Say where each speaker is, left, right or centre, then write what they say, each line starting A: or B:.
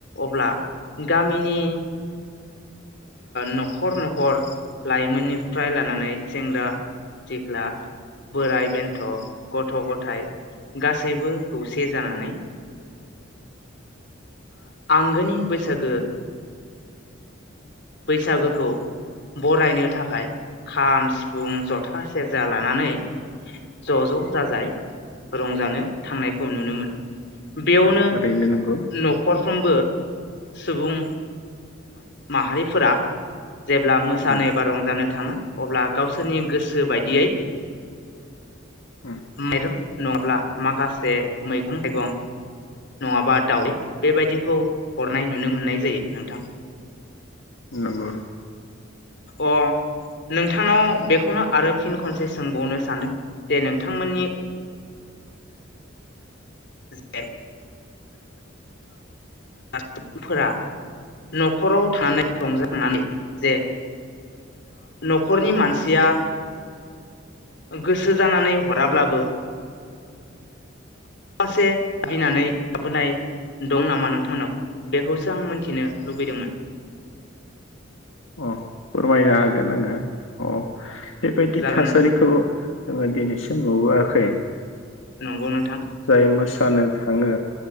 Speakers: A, on the left; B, on the left.
A: अब्ला गामिनि न'खर न'खर लाइमोननिफ्राय लानानै सेंग्रा सिख्ला बोराय बेन्थ गथ गथायाइ गासैबो खौसे जानानै आंगोनि बैसागो बैसागोखौ बरायनो थाखाय खाम सिफुं जथा सेरजा लानानै ज ज जाजाय रंजानो थांनायखौ नुनो मोनो। बेयावनो
B: थारैनो नंगौ
A: नखरफ्रोमबो सुबुं माहारिफोरा जेब्ला मोसानो
B: उम
A: एबा रंजानो थाङो अब्ला गावसोरनि गोसो बायदियै
B: उम
A: मेरं नङाब्ला माखासे मैगं थाइगं नङाबा दावै बेबायदिखौ हरनाय नुनो मोननाय जायो नोंथां।
B: नोंगौ
A: अ नोंथांनाव बेखौनो आरो फिन खनसे सोंबावनो सानदों जे नोंथांमोननि जे सुबुंफोरा न'खराव थानानै रंजाखांनानै जे न'खरनि मानसिया गोसो जानानै हराब्लाबो मसे आबिनानै लाबोनाय दं नामा नोंथांमोननाव बेखौसो आं मोनथिनो लुबैदोंमोन।
B: अ फोरमायनो हागोन आङो अ बेबायदि
A: जागोन
B: थासारिखौ
A: नोंथां
B: जोङो दिनैसिम नुबोआखै
A: नंगौ नोंथां
B: जाय मोसानो थाङो